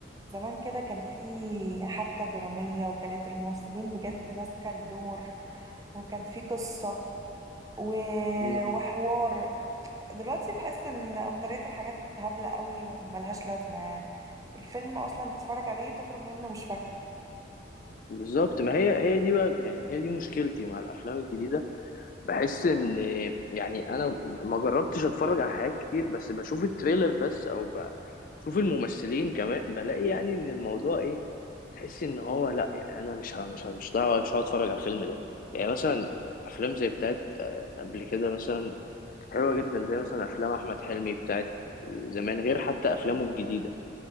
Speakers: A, on the right; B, on the left.
A: زمان كده كان في حبكة درامية وكانت الممثلين بجد ماسكة الدور وكان في قصة و...
B: مم.
A: وحوار دلوقتي تحس ان اكترية الحاجات هبلة قوي وملهاش لازمة يعني الفيلم اصلا بتتفرج عليه تخرج منه مش فاكره
B: بالظبط ما هي هي دي بقى يعني هي دي مشكلتي مع الافلام الجديده بحس ان يعني انا ما جربتش اتفرج على حاجات كتير بس بشوف التريلر بس او بشوف الممثلين كمان بلاقي يعني ان الموضوع ايه تحس ان هو لا يعني انا مش ه- مش ه- مش دعوه مش هتفرج على الفيلم ده يعني مثلا افلام زي بتاعت آه، قبل كده مثلا كانت حلوه جدا زي مثلا افلام احمد حلمي بتاعت زمان غير حتى افلامه الجديده